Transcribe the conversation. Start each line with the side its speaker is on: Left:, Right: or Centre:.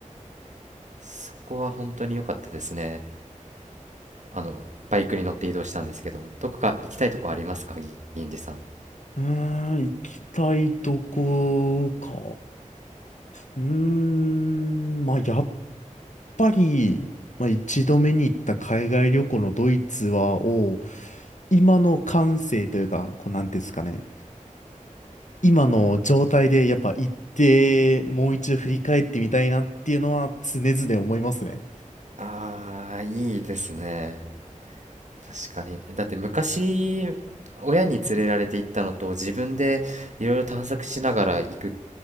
Right: そこは本当に良かったですね。あの、バイクに乗って移動したんですけど、どこか行きたいとこありますか、ぎ銀次さん。
Left: うーん、行きたいとこか。うーん、まあ、やっぱり、まあ、一度目に行った海外旅行のドイツは、を、今の感性というか、こう、なんていうんですかね。今の状態でやっぱ行って、もう一度振り返ってみたいなっていうのは常々思いますね。
Right: ああ、いいですね。確かに。だって昔、親に連れられて行ったのと、自分でいろいろ探索しながら行く